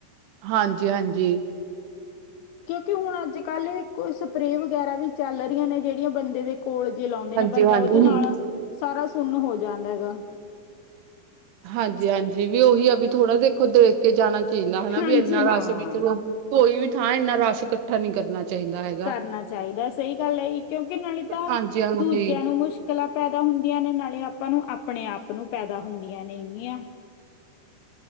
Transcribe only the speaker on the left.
ਕਿਉਂਕਿ ਹੁਣ ਅੱਜ-ਕੱਲ ਕੋਈ ਸਪਰੇਅ ਵਗੈਰਾ ਵੀ ਚੱਲ ਰਹੀਆਂ ਨੇ। ਜਿਹੜੀਆਂ ਬੰਦੇ ਦੇ ਕੋਲ ਜੇ ਲਾਉਂਦੇ
ਨੇ ਬੰਦਾ
ਉਹਦੇ ਨਾਲ ਸਾਰਾ ਸੁੰਨ ਹੋ ਜਾਂਦਾ ਗਾ
ਹਾਂਜੀ
ਹਾਂ
ਕਰਨਾ ਚਾਹੀਦਾ ਸਹੀ ਗੱਲ ਹੈ ਜੀ ਕਿਉਂਕਿ ਨਾਲੇ ਤਾਂ
ਦੂਜਿਆਂ ਨੂੰ ਮੁਸ਼ਕਿਲਾਂ ਪੈਦਾ ਹੁੰਦੀਆਂ ਨੇ ਨਾਲੇ ਆਪਾਂ ਨੂੰ ਆਪਣੇ ਆਪ ਨੂੰ ਪੈਦਾ ਹੁੰਦੀਆਂ ਨੇਗੀਆਂ